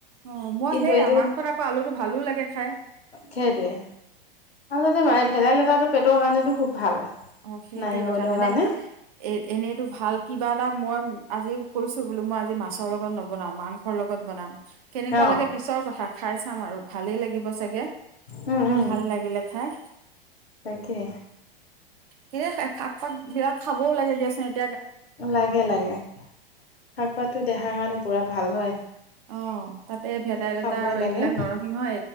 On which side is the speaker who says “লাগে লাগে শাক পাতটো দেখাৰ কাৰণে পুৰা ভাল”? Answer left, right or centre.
Left